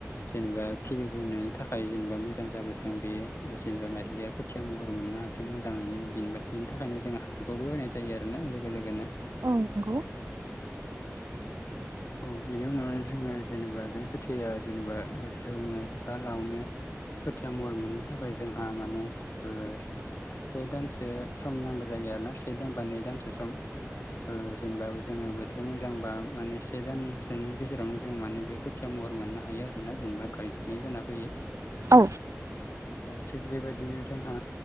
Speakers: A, on the left; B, on the right.
A: जेनेबा खि नि थाखाय <unintelligible> मोजां जाबोथों बेयो जेनेबा माइज्लिया खोथिया महर मोननो हाथों मोजाङैनो बिनि थाखायनो बेखौबो होनाय जायो आरोना। लोगो लोगोनो
B: औ नंगौ।
A: औ बिनि उनावनो जोङो जेनेबा बे खोथिया जेनेबा जौनो बा लावनो खोथिया महर मोननो थाखाय जोंहा माने ओ से दानसो सम नांगौ जायो आरोना। से दान बा नै दानसो सम ओ जेनेबा जोङो बोथोर मोजांबा मा से दानसोनि गेजेरावनो जों माने बे खोथिया महर मोननो हायो आरोना जेनेबा गायजानाय जाना फैयो।
B: औ
A: थिग बेबायदिनो जोंहा